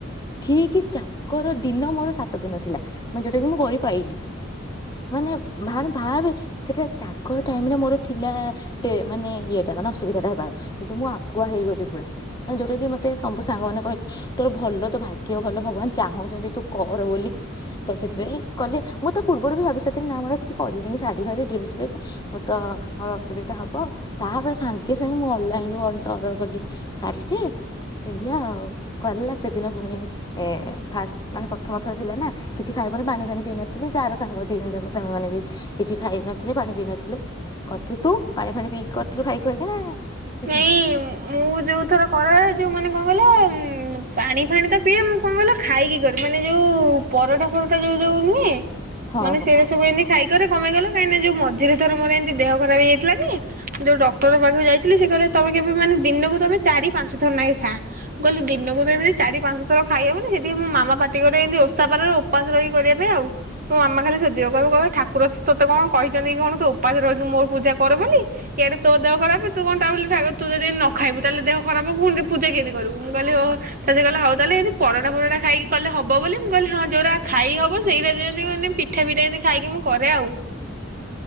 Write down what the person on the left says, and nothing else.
ଠିକ୍ ଚା - ଗର ଦିନ ମୋର ସାତ ଦିନ ଥିଲା ଯୋଉଟା କି ମୁଁ କରି ପାରିଲି ମାନେ ଭାନ ଭାରେ ସେଇଟା ଜାଗର ଟାଇମ ରେ ମୋର ଥିଲା ଡେ ମାନେ ଇଏଟା ମାନେ ଅସୁବିଧା ଟା ହେବାର କିନ୍ତୁ ମୁଁ ଆଗୁଆ ହେଇଗଲି ପୁରା ଯୋଉଟା କି ମୋତେ ସବୁ ସାଙ୍ଗମାନେ କହ ତୋର ଭଲ ତ ଭାଗ୍ୟ ଭଲ ଭଗବାନ ଚାହୁଁଛନ୍ତି ତୁ କର ବୋଲି ତ ସେଥିପାଇଁ କଲି ମୁଁ ତ ପୂର୍ବରୁ ବି ଭାବି ସାରିଥିଲି ନା ମୋର କିଛି କରିବିନି ଶାଢ଼ୀ ଫାଢ଼ୀ ଡ୍ରେସ୍ ଫେସ୍ ମୁଁ ତ ମୋର ଅସୁବିଧା ହବ ତାପରେ ସାଙ୍ଗେ ସାଙ୍ଗେ ମୁଁ ଅନଲାଇନରୁୁ ଅର୍ଡର କଲି ଶାଢ଼ୀଟେ ପିନ୍ଧିବା ଆଉ କା ସେଦିନ ପୁଣି ଏ- ଫାଷ୍ଟ ମାନେ ପ୍ରଥମଥର ଥିଲା ନା କିଛି ଖାଇବାନି ପାଣି ଫାଣି ପିଇ ନଥିଲି ସେ ଆର ସାଙ୍ଗ ଦିଇ ଜଣ ଯକ ସେମାନେ ବି କିଛି ଖାଇନଥିଲେ ପାଣି ପିଇ ନଥିଲେ କରିଥିଲୁ ତୁ ପାଣି ଫାଣି ପିଇକି କରିଥିଲୁ ଖାଇକି ଖାଇକି ନା କିଛି
ନାହିଁ।
ହଁ
ହଁ